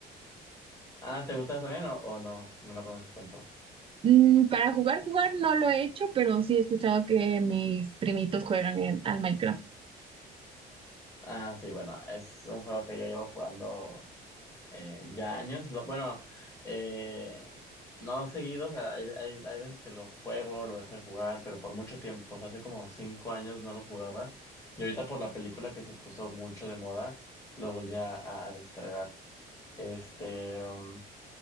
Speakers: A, on the left; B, on the right.
A: Ah, ¿te gusta también o, o no? No lo conoces tanto.
B: Mm, para jugar, jugar no lo he hecho, pero sí he escuchado que mis primitos juegan en- al Minecraft.
A: Ah, sí, bueno, es un juego que yo llevo jugando. eh, ya años. Lo, bueno, eh, no seguido, o sea, hay, hay, hay veces que lo juego, lo dejo de jugar, pero por mucho tiempo, o sea, hace como cinco años no lo jugaba. Y ahorita por la película que se puso mucho de moda, lo volví a, a descargar. Este, um,